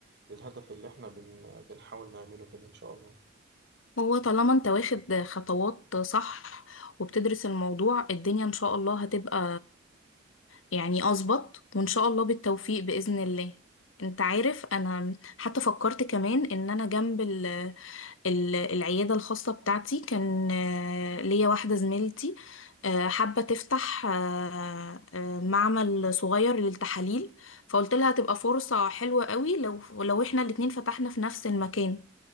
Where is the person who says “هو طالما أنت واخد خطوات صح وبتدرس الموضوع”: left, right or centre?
Left